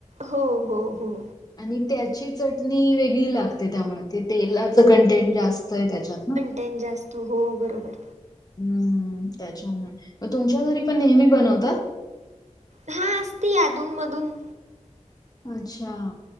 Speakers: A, on the right; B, on the left.
A: हो हो हो.
B: आणि त्याची चटणी वेगळी लागते त्यामुळ ते तेलाच कं टेन जास्तयं त्याच्यात ना
A: टेन जास्त हो बरोबर
B: हम्म त्याच्यामुळे म तुमच्या घरी पण नेहमी बनवता.
A: हा असती अधून मधून
B: अच्छा